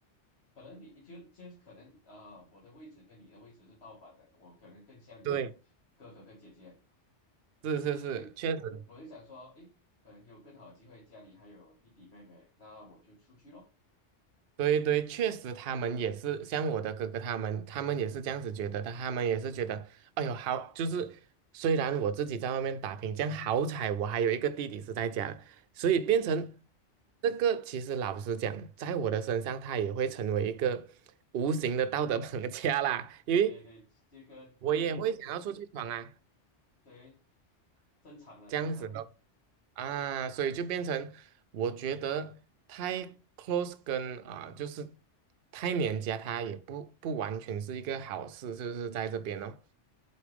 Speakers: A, on the left; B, on the right.
A: 能你就就可能啊、呃我的位置跟你的位置是倒反的，我可能更像你的哥哥跟姐姐。
B: 对，是是是，
A: 就是哎，诶
B: 确实，
A: 我就想说，哎，可能有更好的机会，家里还有弟弟妹妹，那我就出去咯。
B: 对对，确实他们也是像我的哥哥他们，他们也是这样子觉得的，他们也是觉得，哎呦，好，就是虽然我自己在外面打拼，这样好彩我还有一个弟弟是在家的，所以变成
A: 对，
B: 这个，其实老实讲，在我的身上，他也会成为一个无形的道德绑架啦，因为
A: 对对，这个一个
B: 我也会想要出去闯啊，
A: 对，正常了，
B: 这样子咯。
A: 正常了，
B: 啊，所以就变成我觉得太 close 跟啊、就是太黏家，它也不不完全是一个好事，是不是在这边哦。